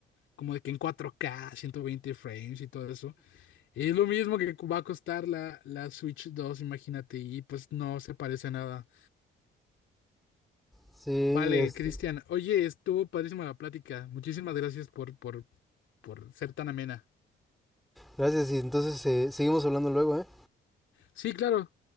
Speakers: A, on the left; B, in the centre.
A: como de que en 4K, 120 frames y todo eso. Es lo mismo que va a costar la, la Switch 2, imagínate, y pues no se parece a nada.
B: Sí,
A: Vale,
B: este,
A: Cristian. Oye, estuvo padrísima la plática. Muchísimas gracias por, por, por ser tan amena.
B: gracias y entonces eh, seguimos hablando luego, ¿eh?
A: Sí, claro.